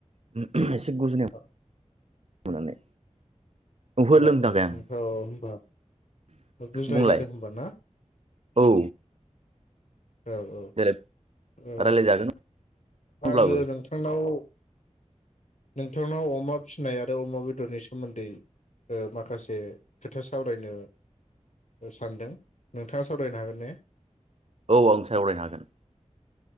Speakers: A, on the right (about 60°); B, on the left (about 75°).
A: <unintelligible> गुजुनाय
B: औ
A: मोननानै ओहो
B: ओ
A: लोंथ'वाखै
B: ओ
A: आं
B: औ होनबा गुजुनाय
A: बुंलाय
B: जादों होनबा ना?
A: औ
B: औ औ
A: देलाय
B: ओ
A: रायलायजागोन अब्लाबो
B: आङो नोंथांनाव नोंथांनाव अमा फिनाय आरो अमा बेदरनि सोमोन्दै ओ माखासे खोथा सावरायनो सानदों नोंथाङा सावरायनो हागोन ने?
A: औ आं सावरायनो हागोन।